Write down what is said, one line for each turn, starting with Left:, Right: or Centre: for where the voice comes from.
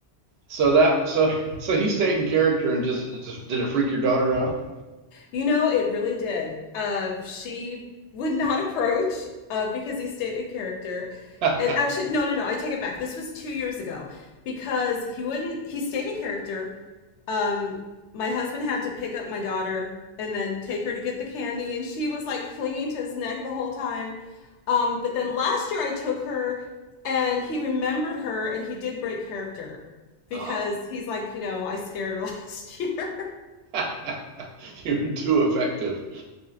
Right: So that so so he stayed in character and just just did it freak your daughter out?
Left: You know, it really did. Uh, she would not approach uh, because he stayed in character.
Right: <laughs>
Left: And actually, no, no, no, I take it back. This was two years ago because he wouldn't, he stayed in character. Um, my husband had to pick up my daughter and then take her to get the candy, and she was like clinging to his neck the whole time. Um, but then last year I took her and he remembered her and he did break character because
Right: Oh.
Left: he's like, you know, I scared her last year. <laughs>
Right: <laughs> You're too effective.